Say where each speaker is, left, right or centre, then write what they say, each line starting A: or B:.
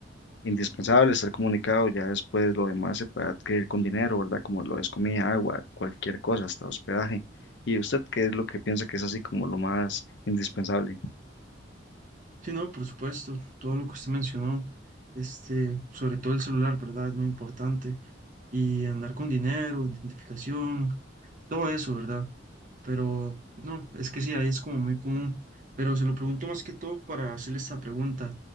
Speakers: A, on the left; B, on the right.
A: indispensable estar comunicado, ya después lo demás se puede adquirir con dinero, ¿verdad? Como lo es comida, agua, cualquier cosa, hasta hospedaje. ¿Y usted qué es lo que piensa que es así como lo más indispensable?
B: Sí, no, por supuesto, todo lo que usted mencionó, este, sobre todo el celular, ¿verdad? Es muy importante y andar con dinero, identificación, todo eso, ¿verdad? Pero no, es que sí, ahí es como muy común. Pero se lo pregunto más que todo para hacerle esta pregunta.